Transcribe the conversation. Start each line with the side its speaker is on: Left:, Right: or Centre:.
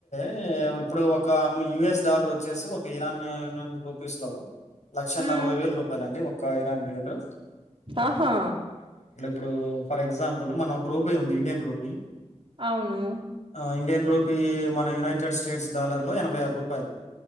Left: అయితే ఇప్పుడు ఒక అమ్ యుఎస్ డాలర్ వచ్చేసి ఒక ఇరాన్ రూపీస్ లో లక్ష
Right: ఉమ్,
Left: నలభై వేల రూపాయల అండి ఒక్ <unintelligible>
Right: ఆహా
Left: ఇప్పుడు ఫర్ ఎగ్జాంపుల్ మనం ఒక రూపీ ఉంది ఇండియన్ రూపీ
Right: అవును
Left: ఆ, ఇండియన్ రూపీ మన యునైటెడ్ స్టేట్స్ డాలర్ లో ఎనభై ఆరు రూ పయాలు